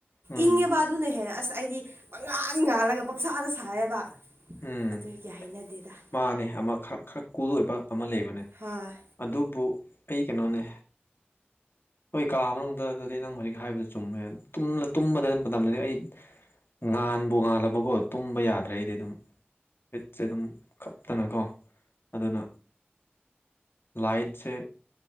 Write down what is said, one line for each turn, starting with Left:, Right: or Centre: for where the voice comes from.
Left: ꯎꯝ
Right: ꯏꯪꯉꯦꯕ ꯑꯗꯨꯅ ꯍꯦ ꯑꯁ ꯑꯩꯗꯤ ꯄꯪꯉꯥꯥꯟ ꯉꯥꯜꯂꯒ ꯄꯪꯁꯥꯗ ꯁꯥꯏꯌꯦꯦꯕ
Left: ꯎꯝ
Right: ꯑꯗꯨꯏꯒꯤ ꯍꯥꯏꯩꯅꯗꯦꯗ
Left: ꯃꯥꯅꯦ ꯑꯃ ꯈꯔ ꯈꯔ ꯀꯨꯜ ꯑꯣꯏꯕ ꯑꯃ ꯂꯩꯕꯅꯦ
Right: ꯍꯥꯥꯏ
Left: ꯑꯗꯨꯕꯨ ꯑꯩ ꯀꯩꯅꯣꯅꯦ ꯍꯣꯏ ꯀꯥ ꯃꯅꯨꯡꯗ ꯑꯗꯨꯗꯤ ꯅꯪ ꯍꯧꯖꯤꯛ ꯍꯥꯏꯕꯗꯨ ꯆꯨꯝꯃꯦ ꯇꯨꯝꯕꯗ ꯃꯇꯝꯗꯅꯤ ꯑꯩ ꯉꯥꯟꯕꯨ ꯉꯥꯜꯂꯕꯀꯣ ꯇꯨꯝꯕ ꯌꯥꯗ꯭ꯔꯦ ꯑꯩꯗꯤ ꯑꯗꯨꯝ ꯍꯤꯠꯁꯦ ꯑꯗꯨꯝ ꯈꯞꯛꯇꯅꯀꯣ ꯑꯗꯨꯅ ꯂꯥꯏꯠꯁꯦ